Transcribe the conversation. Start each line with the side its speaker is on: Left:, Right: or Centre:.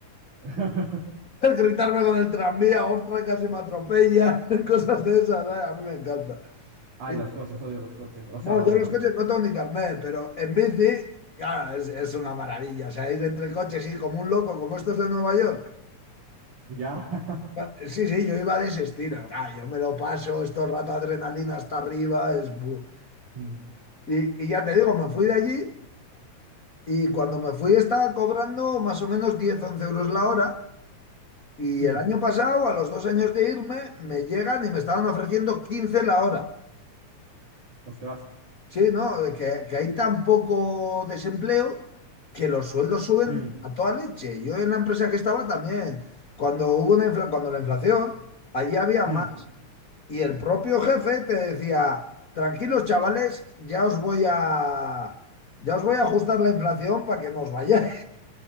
Right: <laughs>
Left: <laughs> el gritarme con el tranvía, ostras, casi me atropella, <laughs> cosas de esas, ay, a mí me encanta.
Right: Ay,
Left: Y,
Right: los coches, odio los coches. O
Left: bueno,
Right: sea, bueno,
Left: yo los coches no tengo ni carnet, pero en bici, claro, es, es una maravilla, o sea, ir entre coches, sí, como un loco, como estos de Nueva York.
Right: ya. <laughs>
Left: Ah, Sí, sí, yo iba de ese estilo. Ah, yo me lo paso, esto rata adrenalina hasta arriba. Es... bu-
Right: Mm,
Left: Y, y ya te digo, me fui de allí Y cuando me fui estaba cobrando más o menos diez once euros la hora. Y
Right: mm,
Left: el año pasado, a los dos años de irme, me llegan y me estaban ofreciendo 15 la hora.
Right: Ostras.
Left: Sí, ¿no? De Que, que hay tan poco desempleo que los sueldos suben
Right: Mm.
Left: a toda leche. Yo en la empresa que estaba también, cuando hubo una infla- cuando la inflación, allí había más.
Right: Hmm,
Left: Y el propio jefe te decía, tranquilos chavales, ya os voy a, ya os voy a ajustar la inflación para que no os vayáis.